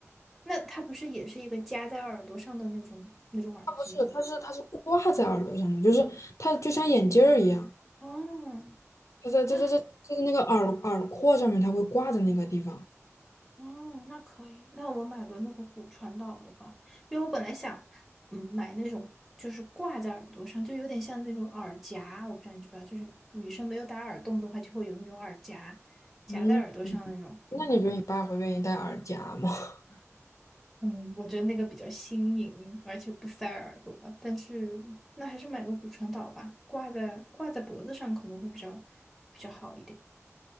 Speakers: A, in the centre; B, on the left (about 75°).
A: 那它不是也是一个夹在耳朵上的那种那种耳机吗？
B: 是，它是它是挂在耳朵上的，就是它就像眼镜儿一样，
A: 哦，
B: 它在这这这就是那个耳耳廓上面，
A: 那
B: 它会挂在那个地方。
A: 哦，那可以，那我买个那个骨传导的吧，因为我本来想，嗯，买那种就是挂在耳朵上，就有点像那种耳夹，我不知道你知不知道，就是女生没有打耳洞的话，就会有那种耳夹夹在耳朵上那种。
B: 嗯，那你觉得你爸会愿意戴耳夹吗？<laughs>
A: 嗯，我觉得那个比较新颖，而且不塞耳朵，但是那还是买个骨传导吧，挂在挂在脖子上可能会比较比较好一点。